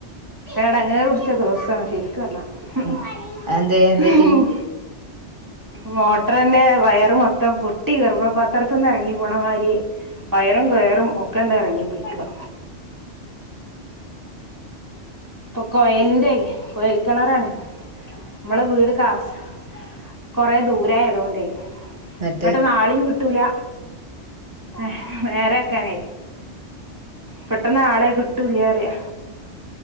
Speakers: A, on the right; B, on the right.
A: എടങ്ങേറ് പിടിച്ച ദിവസമാണ്. ശരിക്ക് പറഞ്ഞാ ഉം
B: ഉം അതെന്തേ എന്തുപറ്റി
A: ഉം മോട്ടറിന്റെ വയറ് മൊത്തം കുട്ടി ഗർഭപാത്രത്തൊന്ന് ഇറങ്ങി പോണ മായിരി വയറും കയറും ഒക്കെ അങ്ങട് ഇറങ്ങിപോയിക്കാ ഇപ്പൊ കോയലിന്റെ കോയൽക്കിണറാണ്, നമ്മളെ വീട് കാസ് കൊറെ ദൂരെ ആയതോണ്ടെ
B: എന്നിട്ട്
A: പെട്ടന്ന് ആളീം കിട്ടൂല. നേരെ നേരാക്കനെ പെട്ടെന്ന് ആളെ കിട്ടൂല്ലറിയാ,